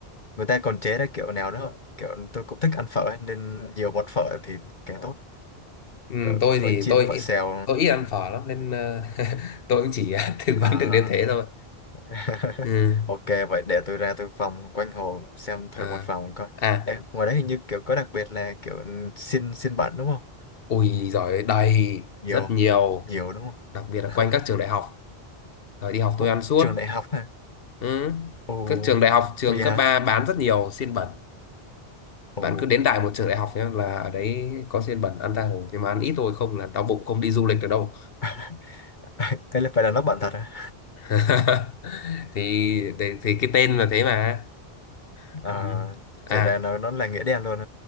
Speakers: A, on the left (about 50°); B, on the left (about 65°).
A: người ta còn chế ra kiểu nào nữa không kiểu tôi cũng thích ăn phở ấy, nên nhiều bột phở thì càng tốt
B: Ừ,
A: kiểu
B: tôi
A: phở
B: thì
A: chiên
B: tôi
A: phở
B: ít-
A: xèo
B: tôi ít ăn phở lắm nên ờ, <laughs> tôi cũng chỉ <laughs> tư
A: à.
B: vấn được đến thế thôi
A: <laughs>
B: ừ.
A: ok vậy để tôi ra tôi vòng quanh hồ xem thử
B: à.
A: một vòng coi
B: à
A: Ê, ngoài đấy hình như kiểu có đặc biệt là kiểu xin xin bạn đúng không
B: ui giỏi đầy
A: nhiều
B: rất nhiều
A: nhiều đúng
B: đặc biệt là
A: không
B: quanh các
A: <laughs>
B: trường đại học rồi đi học
A: ồ
B: tôi ăn suốt
A: trường đại học hả
B: ừ.
A: ồ
B: các trường đại học trường
A: ồ dạ
B: cấp 3 bán rất nhiều xiên bẩn
A: ồ
B: bạn cứ đến đại một trường đại học nhé là ở đấy có xiên bẩn ăn tha hồ nhưng mà ăn ít thôi không là đau bụng không đi du lịch được đâu
A: <laughs> thế là phải là nó bạn thật à,
B: <laughs> thì, thì thì cái tên là thế mà
A: <laughs> à
B: ừ. à
A: thì ra nó nó là nghĩa đen luôn